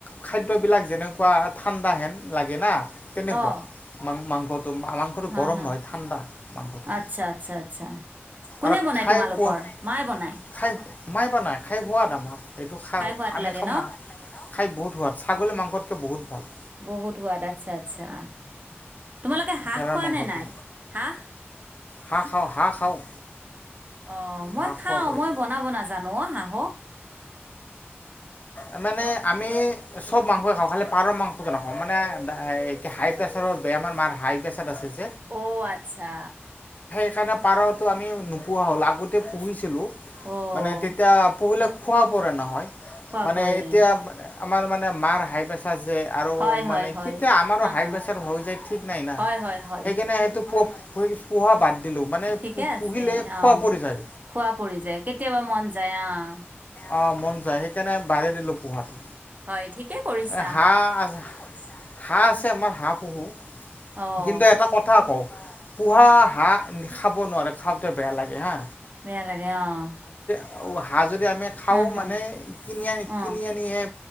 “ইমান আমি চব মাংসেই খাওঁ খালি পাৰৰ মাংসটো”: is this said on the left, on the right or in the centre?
Left